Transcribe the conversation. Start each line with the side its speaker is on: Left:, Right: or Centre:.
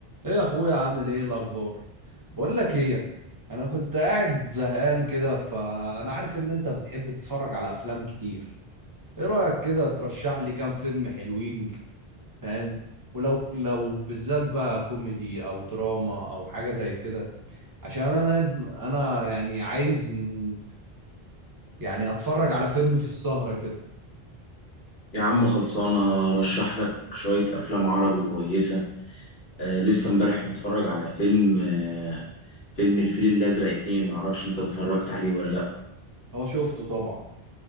Right: ايه يا اخويا عامل ايه الاخبار بقول لك ايه انا كنت قاعد زهقان كده فانا عارف ان انت بتحب تتفرج على افلام كتير ايه رايك كده ترشح لي كام فيلم حلوين فاهم ولو لو بالذات بقى كوميدي او دراما او حاجه زي كده عشان انا انا يعني عايز ن- يعني اتفرج على فيلم في السهره كده
Left: يا عم خلصانة رشح لك شوية أفلام عربي كويسة آه لسه امبارح متفرج على فيلم آه فيلم الفيل الأزرق اتنين معرفش انت اتفرجت عليه ولا لأ
Right: هو شفته طبعا